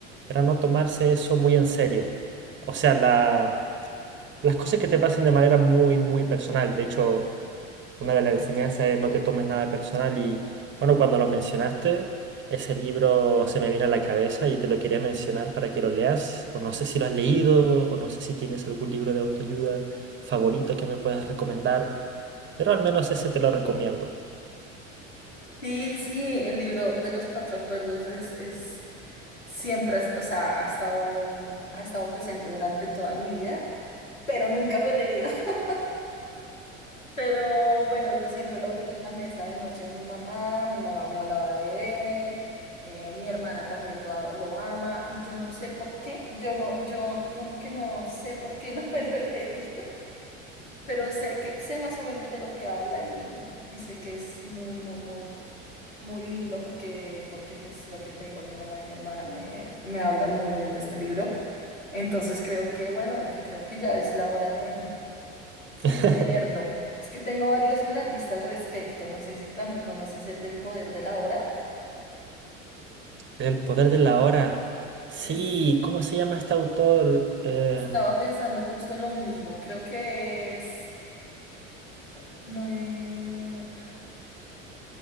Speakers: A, on the right (about 30°); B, on the left (about 90°).
A: era no tomarse eso muy en serio. O sea, la- las cosas que te pasen de manera muy, muy personal. De hecho, una de las enseñanzas es no te tomes nada personal y, bueno, cuando lo mencionaste, ese libro se me viene a la cabeza y te lo quería mencionar para que lo leas. O no sé si lo has leído, o no sé si tienes algún libro de autoayuda favorito que me puedas recomendar, pero al menos ese te lo recomiendo.
B: Sí, sí, el libro de los cuatro acuerdos es, es siempre, ha- o sea, ha estado, ha estado presente durante toda mi vida. pero nunca lo he leído. <laughs> Pero bueno, yo siempre lo veía en la mesa de noche de mi mamá, mi mamá me hablaba de él, eh, mi hermana también lo, a- lo ama y yo no sé por qué, yo no, yo como que no sé por qué <laughs> no me lo he leído, pero sé que sé más o menos de lo que habla y, y sé que es muy, muy, muy, muy lindo porque, porque pues lo que te digo, mi mamá y mi hermana me, me hablan muy bien de este libro. Entonces creo que, bueno, que creo que ya es la hora de
A: <laughs>
B: de leerlo. Es que tengo varios en la lista al respecto. No sé si también conoces el del poder de la hora.
A: El poder de la hora. Sí,
B: Es,
A: ¿cómo se llama este autor? Em,
B: estaba pensando justo en lo mismo. Creo que es... ca- No, eh, ah,